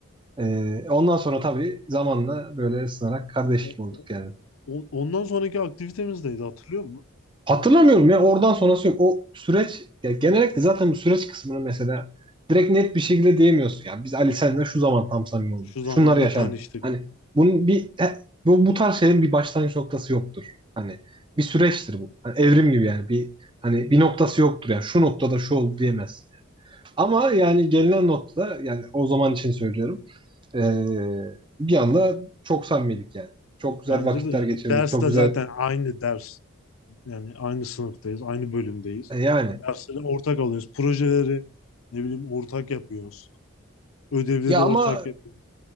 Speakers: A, on the right; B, on the left.
A: Ee, ondan sonra tabii zamanla böyle ısınarak kardeşlik
B: O,
A: olduk
B: o-
A: yani.
B: o- ondan sonraki aktivitemiz neydi hatırlıyor musun?
A: Hatırlamıyorum ya oradan sonrası yok. O süreç ya genellikle zaten bu süreç kısmını mesela direkt net bir şekilde diyemiyorsun. Ya biz Ali senle şu zaman tam samimi olduk.
B: Şu
A: Şunlar
B: zamanda
A: yaşandı.
B: tanıştık.
A: Hani bunun bir he- bu, bu tarz şeylerin bir başlangıç noktası yoktur. Hani bir süreçtir bu. Hani evrim gibi yani bir hani bir noktası yoktur yani şu noktada şu oldu diyemezsin. Ama yani gelinen nokta yani o zaman için söylüyorum. Ee, bir anda çok samimiydik yani. Çok güzel
B: Bence
A: vakitler
B: de
A: geçirdik.
B: dersle
A: Çok güzel
B: zaten aynı ders. Yani aynı sınıftayız, aynı bölümdeyiz.
A: e, yani.
B: Dersleri ortak alıyoruz. Projeleri ne bileyim ortak yapıyoruz. Ödevleri
A: Ya
B: ortak
A: ama
B: yapıyoruz.